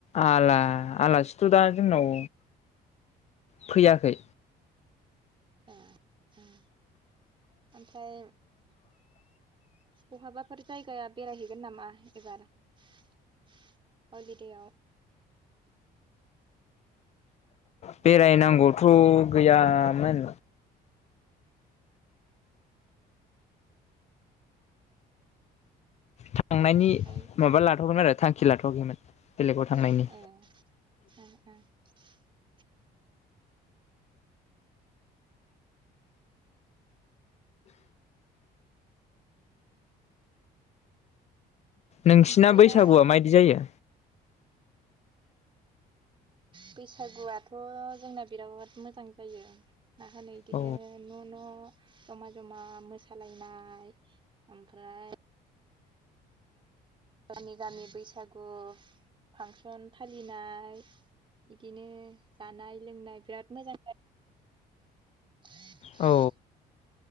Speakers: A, on the left; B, on the right.
A: आला आलासिथ' दा जोंनाव फैयाखै।
B: ए उम ओमफ्राय बहाबाफोर जायगाया बेरायहैगोन नामा एबार? हलिदेआव
A: बेरायनांगौथ' गैयामोन थांनायनि
B: ओमफ्राय
A: माबा लाथ'वाखैमोन आरो थांखि लाथ'वाखैमोन। बेलेगाव थांनायनि
B: ए उम <inaudible>
A: नोंसिना
B: ओमफ्राय
A: बैसागुआ
B: दा
A: मायदि जायो?
B: बैसागुआथ' जोंना बिराद मोजां जायो। मा होनो इदिखौ
A: औ
B: न' न' न' जमा जमा मोसालायनाय, ओमफ्राय गामि गामि बैसागु फांसन फालिनाय, इदिनो जानाय लोंनाय बिराद मोजां जायो। <inaudible>
A: औ